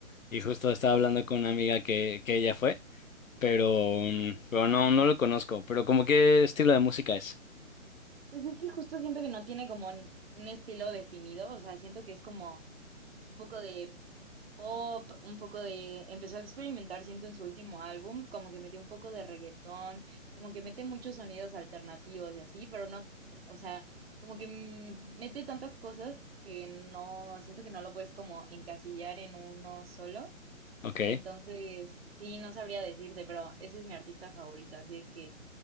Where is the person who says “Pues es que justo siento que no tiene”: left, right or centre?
Right